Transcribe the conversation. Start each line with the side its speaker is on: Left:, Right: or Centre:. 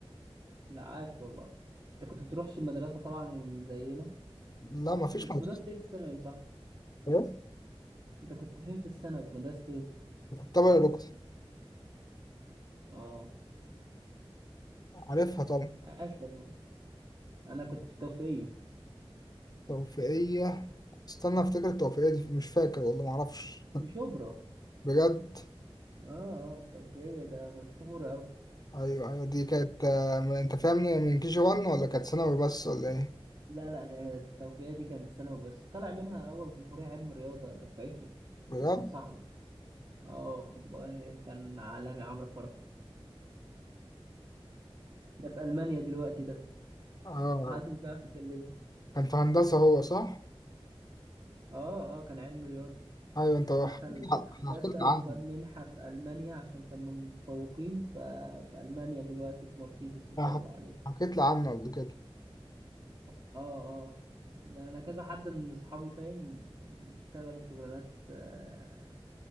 Right: لا عاش والله انت كنت بتروحش المدرسة طبعا زينا
Left: لا مفيش
Right: انت كنت
Left: مرقعة
Right: في مدرسة ايه في الثانوي صح
Left: إيه؟
Right: انت كنت فين في الثانوي في مدرسة ايه
Left: طبعا الركض
Right: اه
Left: عارفها طبعا
Right: عاش والله انا كنت في التوفيقية
Left: توفيقية استنى افتكر التوفيقية دي مش فاكر والله معرفش
Right: في شبرا
Left: بجد
Right: اه اه التوفيقية ده مشهورة اوي
Left: ايوه ايوه دي كانت آه، من- انت فاهمني من كي جي 1 ولا كانت ثانوي بس ولا ايه
Right: لا لا هي هي التوفيقية دي كانت ثانوي بس طلع منها أول جمهورية علم رياضة دفعتي
Left: بجد
Right: كان صاحبي اه والله كان عالمي عمرو فرج <laughs> ده في ألمانيا دلوقتي ده
Left: اه
Right: محدش بيعرف يكلمه
Left: كان في هندسة هو صح
Right: اه اه كان علم رياضة
Left: ايوه انت حكيت
Right: دخل هندسة
Left: حكيت لي
Right: وخد
Left: عنه
Right: منحة في ألمانيا عشان كان من المتفوقين ففي ألمانيا دلوقتي في مرسيدس ما شاء
Left: ح-
Right: الله عليه
Left: حكيت لي عنه قبل كده
Right: اه اه ده أنا كذا حد من أصحابي فاهم اشتغلوا شغلانات آه،